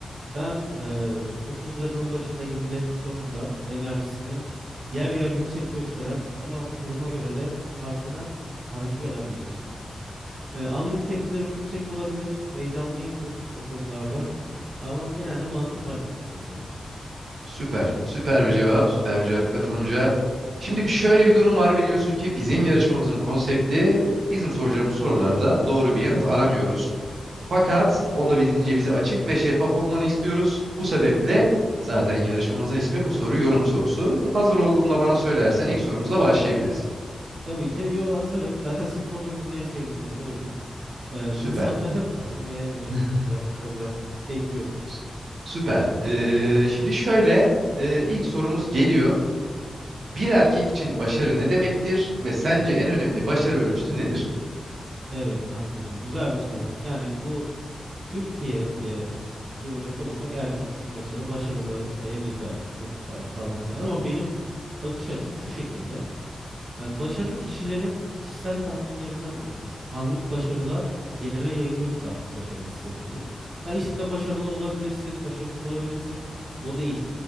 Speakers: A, on the right; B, on the right.
A: Ben e, 30'larının başında, 20'lerin sonunda enerjisini yer yer yüksek gösteren ama duruma göre de arkadan takip eden bir kişiyim. E, anlık tepkilerim yüksek olabilir, heyecanlıyımdır o konularda ama genelde mantığımla hareket etmeyi severim.
B: Süper. Süper bir cevap. Süper bir cevap katılımcı. Şimdi bir- şöyle bir durum var biliyorsun ki bizim yarışmamızın konsepti bizim soracağımız sorularda doğru bir yanıt aramıyoruz. Fakat olabildiğince bize açık ve şeffaf olmanı istiyoruz. Bu sebeple zaten yarışmamızın ismi bu soru yorum sorusu. Hazır olduğunda bana söylersen ilk sorumuzla başlayabiliriz.
A: Tabii ki yo hazırım. Zaten sizin programınızın en sevdiğim yanı da oydu. e,
B: Süper.
A: insanları <laughs> tanımaya yönelik
B: <laughs>
A: çok güzel bir program bekliyorum.
B: S- Süper. Ee, şimdi şöyle e, ilk sorumuz geliyor. Bir erkek için başarı ne demektir ve sence en önemli başarı ölçütü nedir?
A: Evet anladım. Güzel bir soru. Yani bu Türkiye'ye yoracak olursak erkek için başarı, başarılı işte evlilik hayatı, çocuk sahibi falan filan. Ama benim bakış açım şu şekilde. E, Başarı kişilerin kişisel tatminlerinden oluşur. Anlık başarılar genele yayılırsa başarı hissettirir. Ha, işinde başarılı olabilirsin, başarısız olabilirsin. O değil.